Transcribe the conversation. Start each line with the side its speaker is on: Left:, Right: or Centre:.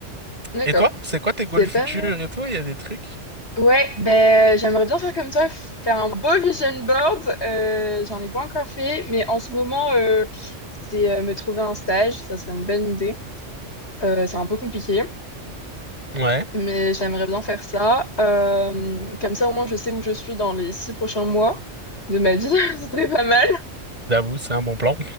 Left: d'accord.
Right: Et toi, c'est quoi tes goals
Left: C'est
Right: futurs
Left: pas mal.
Right: et tout? Il y a des trucs?
Left: Ouais, ben j'aimerais bien faire comme toi, faire un beau vision board. Euh, j'en ai pas encore fait, mais en ce moment, euh, c'est euh, me trouver un stage, ça serait une bonne idée. Euh, c'est un peu compliqué.
Right: Ouais.
Left: mais j'aimerais bien faire ça. Euh, comme ça, au moins, je sais où je suis dans les six prochains mois de ma vie. <laughs> Ce serait pas mal.
Right: J'avoue, c'est un bon plan.